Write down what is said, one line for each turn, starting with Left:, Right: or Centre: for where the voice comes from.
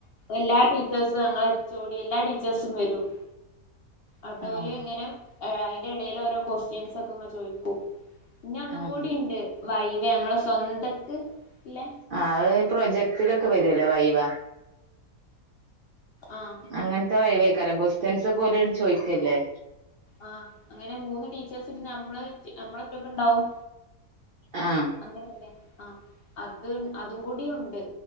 Left: എല്ലാ ടീച്ചേഴ്സും ഞങ്ങളുടെ എചോടി എല്ലാ ടീ വ്യത്യാസം വരും അട്ടോലി
Right: ആഹ്
Left: ഇങ്ങനെ. ഏ അതിന്റെ എടയിൽ ഓരോ ക്വസ്റ്റ്യൻസ് ഒക്കെ അങ്ങ് ചോദിക്കും പിന്നെ ഒന്നും
Right: ആഹ്
Left: കൂടി ഉണ്ട്. വൈവ നമ്മളെ സ്വന്തക്ക് ഇല്ലെ.
Right: ആഹ് അത് പ്രൊജക്ടിലൊക്കെ വരല്ലോ വൈവ.
Left: ആഹ്
Right: അങ്ങനത്തെ വൈവേക്കാരം ക്സ്റ്റൻസ് ഒക്കെഓല്ണ് ചോദിക്കല്ലേ?
Left: ആഹ് അങ്ങനെ മൂന്ന് ടീച്ചേഴ്സ് ഇരുന്ന് നമ്മള് നമ്മളൊറ്റക്ക്ണ്ടാവും.
Right: ആഹ്
Left: അങ്ങനെയല്ലേ ആ അത് അതും കൂടിയുണ്ട്